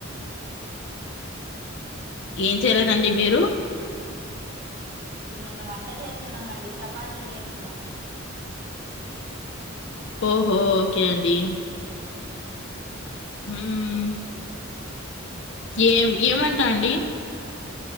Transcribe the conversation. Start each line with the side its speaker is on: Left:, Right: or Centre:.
Left: ఏం చేయరండి మీరు
Right: నేను వంట చేస్తున్నానండి చపాతీలు చేస్తున్నాం
Left: ఓహో ఓకే అండి
Right: ఉమ్
Left: ఉమ్ ఏం ఏమంటా అండి